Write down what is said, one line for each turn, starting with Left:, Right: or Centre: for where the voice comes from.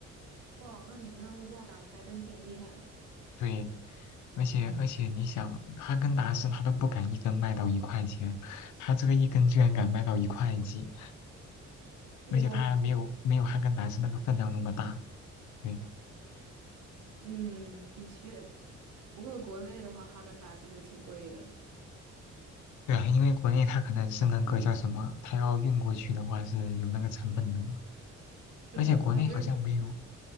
Right: 哇，那你们那儿物价涨得还真挺厉害的。
Left: 对，而且而且你想，哈根达斯他都不敢一根卖到一块钱，他这个一根居然敢卖到一块几。
Right: 哇，
Left: 而且它还没有没有哈根达斯那个分量那么大。对
Right: 嗯，的确，不过国内的话，哈根达斯就挺贵的。
Left: 对啊，因为国内它可能是那个叫什么，它要运过去的话是有那个成本的嘛。
Right: 是的，
Left: 而且国内好像没有，
Right: 还是